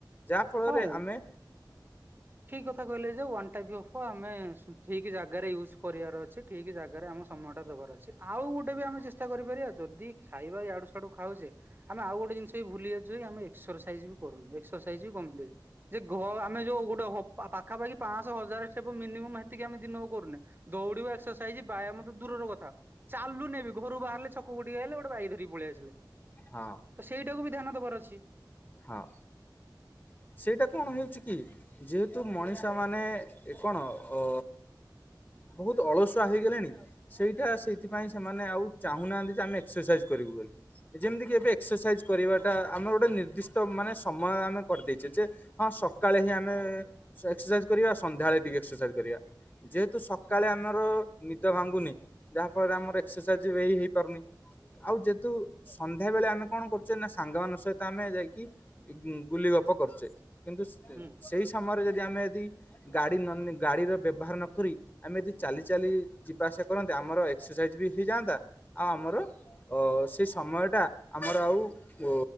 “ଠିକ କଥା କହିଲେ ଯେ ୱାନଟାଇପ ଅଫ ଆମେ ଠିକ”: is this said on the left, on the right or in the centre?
Right